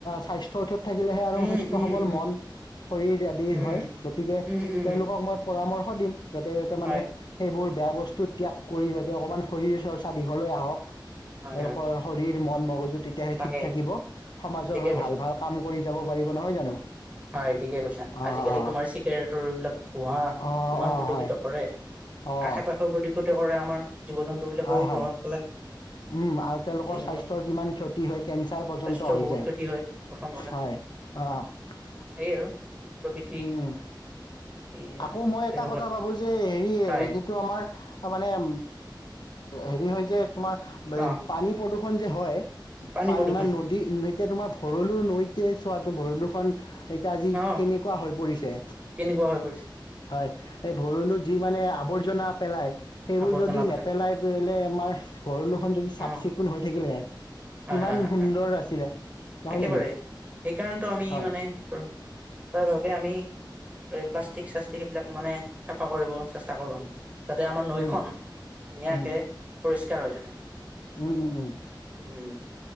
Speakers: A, on the left; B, on the right.
A: স্বাস্থ্য থওঁ তাত। <inaudible> থাকিলেহে আৰু
B: উম
A: সুস্থ
B: উম
A: সৱল
B: উম
A: মন শৰীৰ আদি
B: উম
A: হয়। গতিকে
B: উম উম
A: তেওঁলোকক মই পঢ়াও পৰামৰ্শ দিম যাতে এটা মানে
B: হয়
A: সেইবোৰ বেয়া বস্তু ত্যাগ কৰি যাতে অকণমান শৰীৰ চৰ্চা দীঘলৈ আহক।
B: হয়
A: তেওঁলোকৰ
B: হয়
A: শৰীৰ মন মগজুত তেতিয়াহে
B: তাকেই
A: ঠিক থাকিব। সমাজৰ
B: ঠিকে
A: হৈ
B: কৈছা
A: ভাল ভাল কাম কৰি যাব পাৰিব নহয় জানো।
B: হয় ঠিকে কৈছা
A: অঁ
B: আজি কালি
A: অঁ
B: তোমাৰ চি গেৰেটৰ বিলাক ধোঁৱা
A: অঁ
B: ইমান
A: অঁ
B: প্ৰদূষিত
A: হয়
B: কৰে।
A: অঁ
B: আশে পাশেও প্ৰদূষিত কৰে আমাৰ। জীৱ জন্তু বিলাকৰো
A: হয়, হয়,
B: প্ৰভাৱ পেলাই
A: ওম আৰু তেওঁলোকৰ
B: তেনেকুৱাত
A: স্বাস্থ্যৰ কিমান ক্ষতি হয়, ‌ কেঞ্চাৰ পৰ্যন্ত
B: স্বাস্থ্যৰ
A: হৈ
B: বহুত
A: যায়
B: ক্ষতি হয় প্ৰথম
A: হয় অ।
B: কি আৰু? প্ৰকৃতি
A: ওম
B: এইয়া
A: আকৌ মই
B: তেনেকুৱাত
A: এটা কথা ভাবো যে হেৰি
B: হয়
A: যিটো আমাৰ মানে এ হেৰি হৈছে তোমাৰ
B: অ
A: পানী প্ৰদূষণ ষন যে হয়
B: পানী
A: পাওনা
B: প্ৰদূষণ
A: নদী এতিয়া তোমাৰ ভৰলু নৈত এই চোৱাতটো ভৰলুখন এতিয়া আজি
B: অ
A: কেনেকুৱা হৈ পৰিছে।
B: কেনেকুৱা হৈ পৰিছে
A: এই ভৰলু যি মানে আৱৰ্জনা পেলাই সেইবোৰ
B: আৱৰ্জনা
A: যদি
B: পেলাই
A: নেপেলাই পেলে আমাৰ ভৰলুখন যদি চাফ
B: অ
A: চিকুণ হৈ থাকিলে
B: হয়
A: কিমান
B: হয় হয়
A: সুন্দৰ
B: হয়
A: আছিলে নহয়
B: একেবাৰে
A: জানো
B: সেইকাৰণেতো আমি
A: হয়
B: মানে প্ৰায় ভাগকে আমি প্লাষ্টিক চাষ্টিক সেইবিলাক মানে চাফা কৰিব চেষ্টা কৰো আমি যাতে আমাৰ নৈখন
A: উম
B: ধুনীয়াকে
A: উম
B: পৰিষ্কাৰ হৈ থাকে
A: উম উম উম।
B: উম।